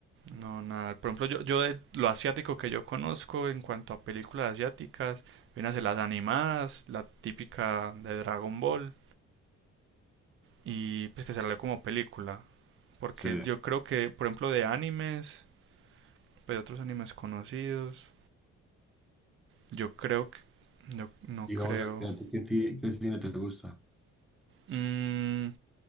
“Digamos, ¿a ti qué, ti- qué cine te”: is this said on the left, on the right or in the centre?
Centre